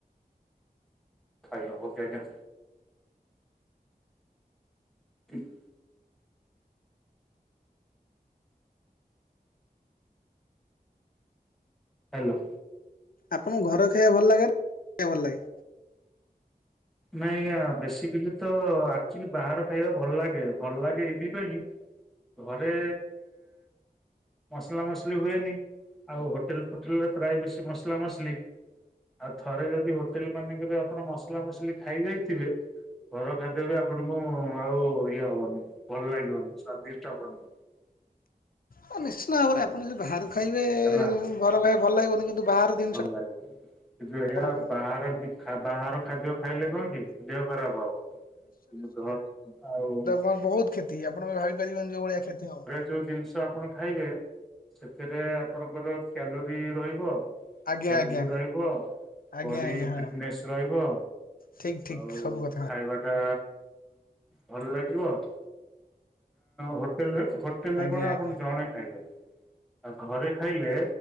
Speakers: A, in the centre; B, on the left.
A: ଖାଇହବ କି ଆଜ୍ଞା। ଠିକ- ହ୍ୟାଲୋ
B: ଆପଣଙ୍କୁ ଘର ଖାଇବା ଭଲ ଲାଗେ। <unintelligible> ନା ଖାଇବା ଭଲ ଲାଗେ।
A: ନାଇ ଆଜ୍ଞା ବେସିକାଲି ତ ଆକ୍ଚୁଲି ବାହାର ଖାଇବା ଭଲ ଲାଗେ। ଭଲ ଲାଗେ ଏଇଥି ପାଇଁ ଘରେ ମସଲା ମସଲି ହୁଏନି ଆଉ ହୋଟେଲ ଫୋଟେଲରେ ପ୍ରାୟ ବେଶୀ ମସଲା ମସଲି। ଆଉ ଥରେ ଯଦି ହୋଟେଲ ମାନଙ୍କରେ ଆପଣ ମସଲା ମସଲି ଖାଇ ଯାଇଥିବେ ଘର ଖାଦ୍ୟ ବି ଆପଣଙ୍କୁ ଆଉ ଇଏ ହବନି ଭଲ ଲାଗିବନି ସ୍ଵାଦିଷ୍ଟ ହବନି।
B: ହଁ ନିଶ୍ଚିନ୍ତ ଭାବରେ ଆପଣ ଯଦି ବାହାରୁ ଖାଇବେ
A: ହେଲା
B: ଘର ଖାଇବା ଭଲ ଲାଗିବନି। କିନ୍ତୁ ବାହାର ଜିନିଷଟା
A: ଭଲ ଲାଗେ କିନ୍ତୁ ଏହା
B: ଆପଣଙ୍କ ପାଇଁ
A: ବାହାର ବାହାର ଖାଦ୍ୟ ଖାଇଲେ କଣ କି ଦେହ ଖରାପ ହବ। କିନ୍ତୁ ଆଉ-
B: ବହୁତ୍ କ୍ଷେତି। ଆପଣ ଭାବିପାରିବେନି, ଯଉ ଭଳିଆ କ୍ଷେତି ହବ।
A: ଯଉ ଦିନ୍‌ଷ ଆପଣ ଖାଇବେ, ସେଥିରେ ଆପଣଙ୍କର କ୍ୟାଲୋରି ରହିବ।
B: ଆଜ୍ଞା
A: ହେଲ୍ଦି
B: ଆଜ୍ଞା
A: ରହିବ,
B: ଆଜ୍ଞା
A: ବଡ଼ି
B: ଆଜ୍ଞା ହଁ
A: ଫିଟ୍ନେସ୍ ରହିବ।
B: ଠିକ ଠିକ
A: ଆଉ,
B: ସବୁ କଥା
A: ଖାଇବା ଟା ଭଲ୍ ଲାଗିବ। ହୋଟେଲ୍ ହୋଟେଲ୍‌ ରେ
B: ଆଜ୍ଞା
A: କ'ଣ
B: ଆଜ୍ଞା।
A: ଆପଣ ଜଣେ ଖାଇବେ। ଆ ଘରେ ଖାଇଲେ,